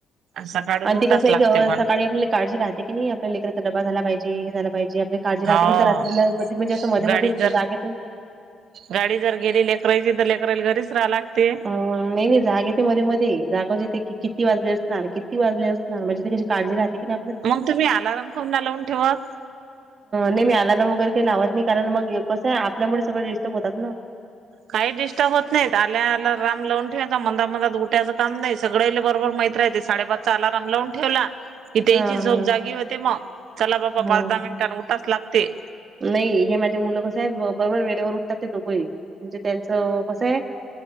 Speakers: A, on the right; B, on the right.
A: सकाळून
B: आणि
A: उठाच
B: ते कसं आहे
A: लागते पण
B: क सकाळी आपल्याली काळजी राहते. की नाही आपल्या लेकरचा डबा झाला पाहिजे, हे झाला पाहिजे, काळजी राहते
A: हो
B: तर रात्री कधी म्हणजे असं मध्ये
A: गाडी
B: मध्ये
A: जर
B: जागे
A: गाडी जर गेली लेकराची तर लेकरराईल घरीच रहाव लागते.
B: अ नाही नाही जाग येते मध्ये मध्ये जागच येते किती वाजले असणार, किती वाजले असणार, हा म्हणजे कशी काळजी राहते की ने
A: मग तुम्ही अलाराम काऊन लावून ठेवत?
B: नाही मी आलाराम वगैरे काही लावत नाही, कारण मग कसं आहे आपल्यामुळे सगळे डिस्टर्ब होतात ना.
A: काही डिस्टर्ब होत नाहीत, आल्या आलाराम लावून ठेवायचा मंदा मधात उठायचं काम नाही, सगळ्याले बरोबर मैत राहते. साडेपाचचा अलार्म लावून ठेवला. इथं
B: हा
A: इची झोप
B: हा
A: जागी होते मग, चला बाबा
B: हा.
A: पाच दहा मिनिटांन उठाच लागते.
B: नाही हे माझे मुलं कसं आहे, बरोबर वेडेवर उठतात ते दोघंही म्हणजे त्यांचं कसं आहे.